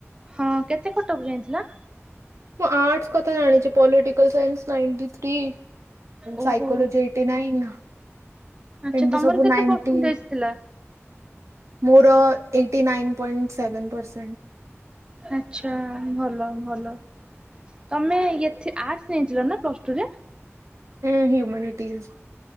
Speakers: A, on the right; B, on the right.
A: ହଁ କେତେ କଟପ ଯାଇଥିଲା।
B: ମୁଁ ଆର୍ଟସ କଥା ଜାଣିଛି ପଲିଟିକାଲସାଇନ୍ସ ନାଇଟି ଥ୍ରୀ।
A: ଓହୋ
B: ସାାଇକୋଲୋଜି ଏଇଟି ନାଇନ୍
A: ଆଚ୍ଛା
B: ଏମିତି
A: ତମର
B: ସବୁ
A: କେତେ
B: ନାଇଣ୍ଟି
A: ପରସେଣ୍ଟେଜ ଥିଲା?
B: ମୋର eighty nine point seven percent.
A: ଆଛା ଭଲ ଭଲ ତମେ ଏଥି ଆର୍ଟ ନେଇଥିଲ ନା ପ୍ଲସ ଟୁରେ?
B: ହଁ ହ୍ୟୁମନିଟିସ୍ <inaudible>